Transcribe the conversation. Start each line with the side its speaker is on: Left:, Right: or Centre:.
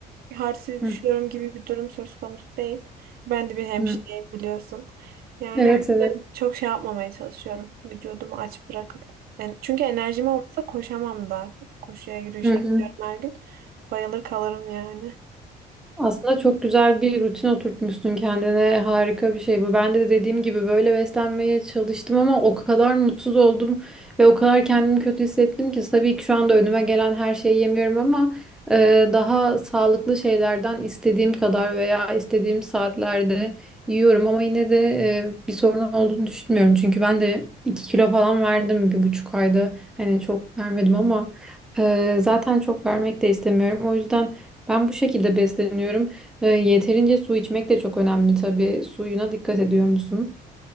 Right: halsiz düşüyorum
Centre: Hı
Right: gibi bir durum söz konusu değil. Ben de bir hemşireyim
Centre: hı.
Right: biliyorsun. Yani
Centre: Evet evet.
Right: ben çok şey yapmamaya çalışıyorum. Vücudumu aç bırakıp. Yani çünkü enerjim olmasa koşamam da. Koşuya yürüyüşe
Centre: Hı hı.
Right: gidiyorum her gün. Bayılır kalırım yani.
Centre: Aslında çok güzel bir rutin oturtmuşsun kendine. Harika bir şey bu. Ben de dediğim gibi böyle beslenmeye çalıştım ama o kadar mutsuz oldum ve o kadar kendimi kötü hissettim ki tabii ki şu anda önüme gelen her şeyi yemiyorum ama e, daha sağlıklı şeylerden istediğim kadar veya istediğim saatlerde yiyorum ama yine de e, bir sorun olduğunu düşünmüyorum. Çünkü ben de 2 kilo falan verdim bir buçuk ayda. Hani çok vermedim ama e, zaten çok vermek de istemiyorum. O yüzden Ben bu şekilde besleniyorum. Ee, yeterince su içmek de çok önemli tabii. Suyuna dikkat ediyor musun?